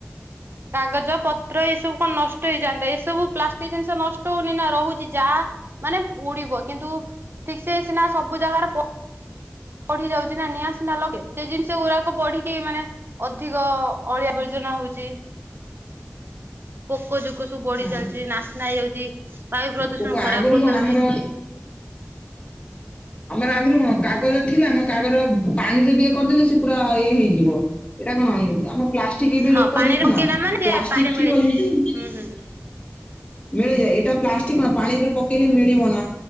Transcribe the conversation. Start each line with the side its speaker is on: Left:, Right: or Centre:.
Right: କାଗଜ ପତ୍ର ଏ ସବୁ କନ୍ ନଷ୍ଟ ହେଇଯାନ୍ତା ଏସବୁ ପ୍ଲାଷ୍ଟିକ୍ ଜିନିଷ ନଷ୍ଟ ହଉନି ନା ରହୁଚି ଯାଆ। ମାନେ ପୁଡିବ କିନ୍ତୁ ଠିକ୍ ସେ ସିନା ସବୁ ଜାଗାରେ ପ ପଢି ଯାଉଚି ନା ନିଆସିନା ଲଗେ ସେ ଜିନିଷ ଗୁରାକ ପଢିକି ମାନେ ଅଧିକ ଅଳିଆବର୍ଜନା ହଉଚି।
Left: <inaudible>
Right: ପୋକ ଜୁକ ସବୁ ବଢି
Left: ହଁ
Right: ଚାଲିଛି ନାସ୍ନା ହେଇଯାଉଚି ବାୟୁ ପ୍ରଦୂଷଣ
Left: ଲୋକ
Right: ଖରାପ୍
Left: ଆଗରୁ
Right: କରିଦଉଚି।
Left: କଣ ଆମର ଆମର ଆଗରୁ କଣ କାଗଜ ଥିଲା ଆମ କାଗର ପାଣି ରେ ବି ଇଏ କରିଦେଲେ ସେ ପୁରା ଇଏ ହେଇଯିବ ଏଇଟା କଣ ଆମ ପ୍ଲାଷ୍ଟିଗ୍ ଏବେ
Right: ହଁ
Left: ଲୋକ
Right: ପାଣିରେ
Left: ଦେଖୁନା
Right: ପକେଇଲା ମାନେ ସେ
Left: ପ୍ଲାଷ୍ଟିକ୍
Right: ପାଣିରେ
Left: ଥିବ
Right: ମିଳେ
Left: ଯେମିତି <unintelligible>
Right: ହୁଁ ହୁଁ।
Left: ମିଳେଇ ଯାଏ ଏଇଟା ପ୍ଲାଷ୍ଟିକ୍ କଣ ପାଣିରେ ପକେଇଲେ ମିଳିବ ନା